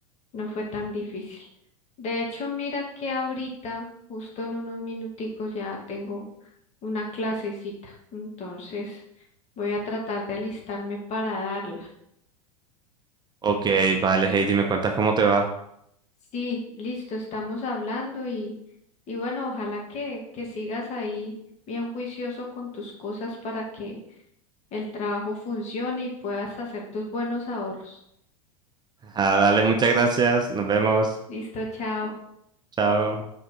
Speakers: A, on the left; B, on the right.
A: no fue tan difícil. De hecho, mira que ahorita, justo en unos minuticos, ya tengo una clasecita. Entonces voy a tratar de alistarme para darla.
B: Ok, vale, Heidi, me cuentas cómo te va.
A: Sí, listo, estamos hablando y, y bueno, ojalá que, que sigas ahí bien juicioso con tus cosas para que el trabajo funcione y puedas hacer tus buenos ahorros.
B: Ah, dale, muchas gracias. Nos vemos.
A: Listo, chao.
B: Chao.